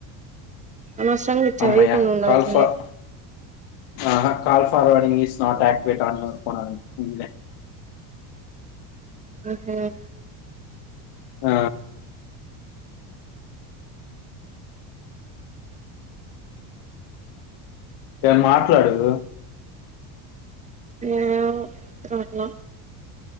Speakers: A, on the right; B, on the left.
A: అనవసరంగా ఇచ్చావ్
B: హమ్మయ్య!
A: ఇయ్యాకుండా ఉండాల్సింది.
B: కాల్ ఫర్ ఆహా! Call forward English not activate on <inaudible>
A: హ్ మ్
B: ఆ ఏం మాట్లాడు.
A: ఏమో రాట్లా